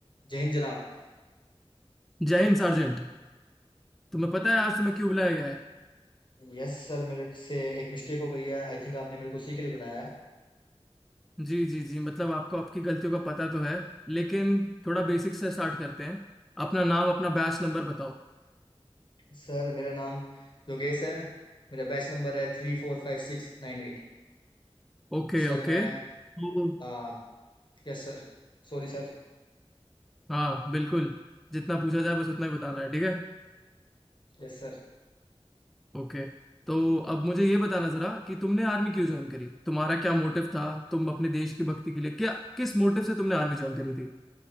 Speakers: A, on the left; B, in the centre.
A: जय हिंद जनाब
B: जय हिंद सार्जेंट तुम्हें पता है आज तुम्हें क्यों बुलाया गया है
A: यस सर मेरे से एक मिस्टेक हो गई है आई थिंक आपने मेरे को उसी के लिए बुलाया है
B: जी जी जी मतलब आपको आपकी गलतियों का पता तो है लेकिन थोड़ा बेसिक से स्टार्ट करते हैं अपना नाम अपना बैच नंबर बताओ
A: सर मेरा नाम योगेश है मेरा बैच नंबर है थ्री फोर फाइव सिक्स नाइन एट
B: Okay
A: सर
B: okay
A: मैं
B: तो
A: आ, yes sir Sorry sir
B: हाँ बिल्कुल जितना पूछा जाए बस उतना ही बताना है ठीक है
A: Yes sir
B: ओके तो अब मुझे ये बताना जरा कि तुमने आर्मी क्यों ज्वाइन करी तुम्हारा क्या मोटिव था तुम अपने देश की भक्ति के लिए क्या किस मोटिव से तुमने आर्मी ज्वाइन करी थी